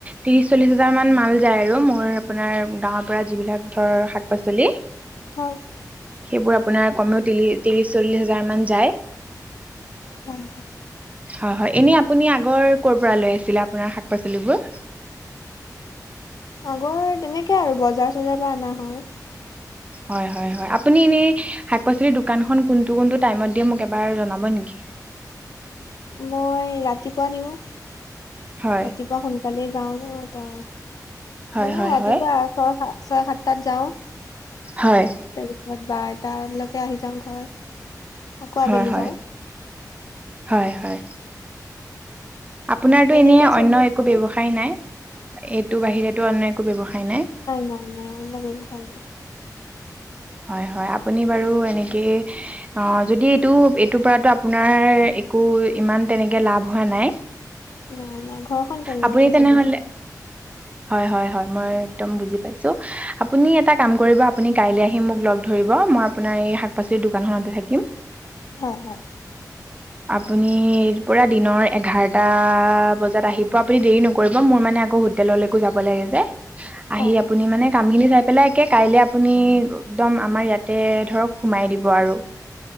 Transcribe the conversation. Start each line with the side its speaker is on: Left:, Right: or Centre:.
Right: ত্ৰিশ চল্লিশ হাজাৰ মান মাল যায় আৰু মোৰ আপোনাৰ গাঁৱৰ পৰা যিবিলাক ধৰ শাক-পাচলি।
Left: হয়,
Right: সেইবোৰ আপোনাৰ কমেও ত্ৰিলি তিলিছ চল্লিশ হাজাৰ মান যায়।
Left: হয়,
Right: হয়- হয় এনে আপুনি আগৰ কৰ'ৰ পৰা লৈ আছিলে। আপোনাৰ শাক পাচলিবোৰ।
Left: আগৰ তেনেকে আৰু বজাৰ চজাৰ পৰা অনা হয়।
Right: হয় হয়-হয় আপুনি এনেই শাক পাচলিৰ দোকানখন কোনটো-কোনটো টাইমত দিয়ে মোক এবাৰ জনাব নেকি। <inaudible>
Left: মই ৰাতিপুৱা দিওঁ। ৰাতিপুৱা
Right: হয়
Left: সোনকালে যাও ন তাৰ
Right: হয়
Left: মানে
Right: হয়
Left: ৰাতিপুৱা
Right: হয়
Left: ছয় সাতটাত যাওঁ, তাৰপিছত
Right: হয়
Left: বাদ তাৰলৈকে আহি যাম ঘৰ। আকৌ
Right: হয়-
Left: আবেলি
Right: হয়-
Left: যাওঁ,
Right: হয় - হয়। আপোনাৰতো
Left: তেনেকেই
Right: এনেই অন্য
Left: চলি আছে
Right: একো
Left: আৰু
Right: ব্যৱসায় নাই। এইটো বাহিৰেতো অন্য একো ব্যৱসায় নাই।
Left: নাই, নাই অন্য ব্যৱসায় নাই।
Right: হয়- হয় আপুনি বাৰু এনেকে অ' যদি এইটো এইটোৰ পৰাতো আপোনাৰ একো ইমান তেনেকে লাভ হোৱা নাই।
Left: নাই নাই ঘৰখন তেজ
Right: আপুনি
Left: বজাকে
Right: তেনেহলে
Left: চলি আছে।
Right: হয় হয়- হয়, মই একদম বুজি আপুনি এটা কাম কৰিব আপুনি কাইলে আহ আহি মোক লগ ধৰিব মই আপোনাৰ এই শাক পাচলিৰ দোকানখনতে থাকিম।
Left: হয়, হয়।
Right: আপুনি পৰা দিনৰ এঘাৰটা বজাত আহিব, আপুনি দেৰি নকৰিব মোৰ মানে আকৌ হোটেলৰ লেকো যাব লাগে যে,
Left: হয়
Right: আহি
Left: হয়
Right: আপুনি মানে কামখিনি পেলাই একে কাইলে আপুনি একদম আমাৰ ইয়াতে ধৰক সোমাই দিব আৰু।